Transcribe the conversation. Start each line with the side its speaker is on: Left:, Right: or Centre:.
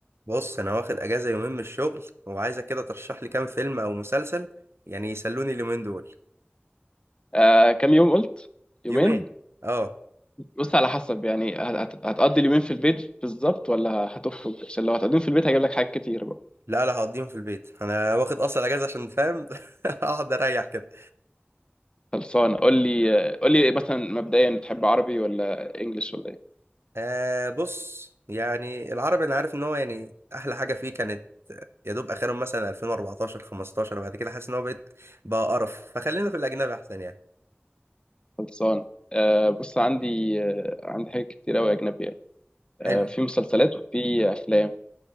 Right: بص انا واخد اجازه يومين من الشغل وعايزك كده ترشح لي كام فيلم او مسلسل يعني يسلوني اليومين دول
Left: آه كام يوم قلت يومين
Right: يومين اه
Left: بص على حسب يعني هت- هتقضي اليومين في البيت بالظبط ولا هتخرج عشان لو هتقضيهم في البيت هجيب لك حاجات كتير بقى
Right: لا لا هقضيهم في البيت انا واخد اصلا اجازه عشان فاهم <laughs> اقعد اريح كده
Left: خلصان قول لي آه، قول لي مثلا مبدئيا تحب عربي ولا انجليش ولا ايه
Right: آه بص يعني العربي انا عارف ان هو يعني احلى حاجه فيه كانت يا دوب اخرهم مثلا 2014 15 وبعد كده حاسس ان هو بقيت بقى قرف فخلينا في الاجنبي احسن يعني
Left: خلصان آه بص عندي آه عندي حاجات كتير قوي اجنبيه آه
Right: حلو
Left: في مسلسلات وفي افلام